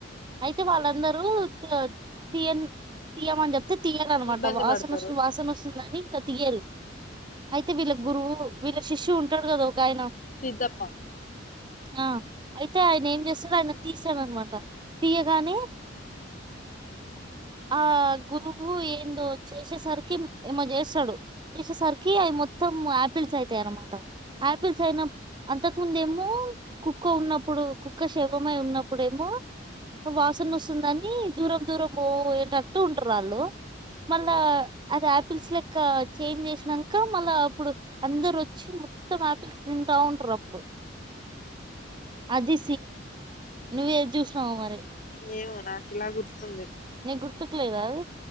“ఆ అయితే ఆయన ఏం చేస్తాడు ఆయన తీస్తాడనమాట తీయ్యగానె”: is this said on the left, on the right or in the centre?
Right